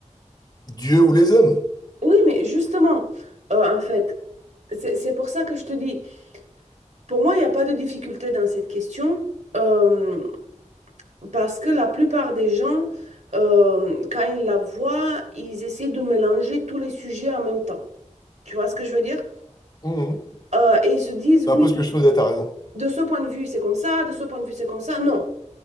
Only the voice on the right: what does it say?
Oui, mais justement, euh, en fait, c'est c'est pour ça que je te dis, pour moi, il n'y a pas de difficulté dans cette question, euh, parce que la plupart des gens, euh, quand ils la voient, ils essayent de mélanger tous les sujets en même temps. Tu vois ce que je veux dire?
Euh, et ils se disent,
oui,
de ce point de vue, c'est comme ça, de ce point de vue, c'est comme ça. Non.